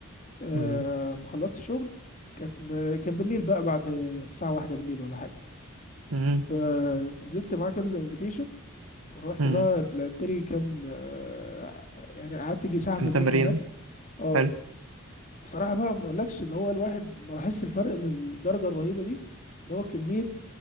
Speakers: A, on the left (about 35°); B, on the right (about 70°).
A: آه
B: امم
A: ما خلصت الشغل كان كان بالليل بقى بعد الساعة واحدة بالليل ولا حاجة
B: امم
A: فنزلت معاه كده زي انفيتيشن ورحت
B: امم
A: بقى لعبت لي كام آه، يعني قعدت يجي ساعة
B: كم
A: في الجيم
B: تمرين
A: هناك اه
B: حلو
A: بصراحة بقى ما اقولكش اللي هو الواحد ما لاحظش الفرق للدرجة الرهيبة دي اللي هو كمية